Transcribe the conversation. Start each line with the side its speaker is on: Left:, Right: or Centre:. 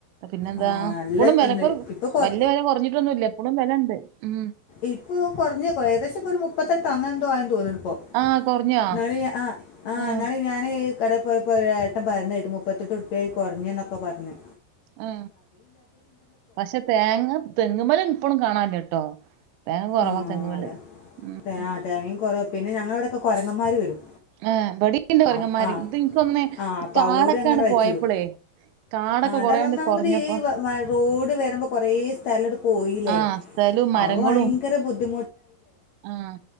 Right: പിന്നെന്താ
Left: ആ നല്ല
Right: ഇപ്പളും വിലക്കൊരു
Left: ഇന്ന് ഇപ്പം കുറ
Right: വല്യ വില കുറഞ്ഞിട്ടൊന്നുംല്ല ഇപ്പളും വെലണ്ട്. ഉ
Left: ഇപ്പൊ കുറഞ്ഞേക്കുവ ഏകദേശം ഒരു മുപ്പത്തെട്ടൊ അങ്ങനെന്തോ ആയിണ് തോന്നണ് ഇപ്പോ.
Right: ആഹ് കൊറഞ്ഞോ
Left: ന്നാള് ആ
Right: ആഹ്
Left: ന്നാള് ഞാനെ കടെ പോയപ്പോ ഒരേട്ടൻ പറഞ്ഞേട്ട്, മുപ്പത്തെട്ട് റുപ്പിയായി കൊറഞ്ഞ്ന്നൊക്കെ പറഞ്ഞ്.
Right: ആ പക്ഷെ തേങ്ങ തെങ്ങ്മ്മല് ഇപ്പളും കാണാല്യ ട്ടോ. തേങ്ങ കൊറവാ
Left: ആ
Right: തെങ്ങ്മ്മല്.
Left: അതാ
Right: ഉം
Left: തേ-
Right: ഉം
Left: ആ തേങ്ങയും കുറവ് പിന്നെ ഞങ്ങളിവിടൊക്കെ കൊരങ്ങന്മാര് വരും.
Right: ആ വടിംണ്ട് കൊരങ്ങന്മാര്,
Left: അപ് ആ
Right: ഇത് ഇൻക്ക് തോന്ന്ണ്
Left: ആ അപ്പം
Right: ഈ കാടൊക്കെണ്ട്
Left: അവരും അങ്ങനെ വെച്ചിടും
Right: പോയപ്പളേ കാടൊക്കെ
Left: ആ അതാ
Right: കൊറേണ്ട്
Left: ഒന്നാമത്
Right: കൊറഞ്ഞപ്പോ
Left: ഈ വ വ റോഡ് വരുമ്പോ കൊറെ സ്ഥലം എടു പോയിലേ..
Right: ആഹ് സ്ഥലും മരങ്ങളും
Left: അപ്പ ഭയങ്ക ബുദ്ധിമുട്ടായിലേ
Right: ആഹ്